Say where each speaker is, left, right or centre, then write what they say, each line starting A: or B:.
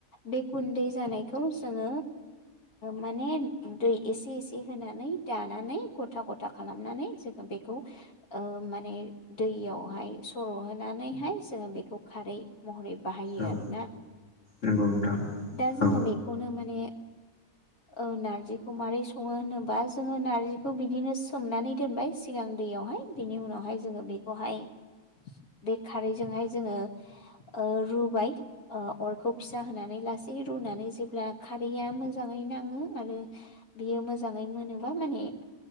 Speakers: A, on the left; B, on the left.
A: बे गुन्दै जानायखौ जङो माने दै एसे एसे होनानै दानानै गथा गथा खालामनानै जोङो बेखौ माने दैयावहाय सर'हानैहाय जोङो बेखौ खारै महरै बाहायो
B: औ
A: आरोना
B: नंगौ नोंथां
A: दा जोङो
B: औ
A: बेखौनो माने औ नार्जिखौ माबोरै सङो होनोबा जोङो नार्जिखौ बिदिनो सोमनानै दोनबाय सिगां दैहाय बेनि उनाहाय जों बेखौहाय दै खारै बेखौहाय जोंडो ओ रुबाय ओ अरखौ फिसा होनानै लासै रुनानै जेब्ला दा खारैया मोजाङै नाङो आरो बियो मोजाङै मोनोबा माने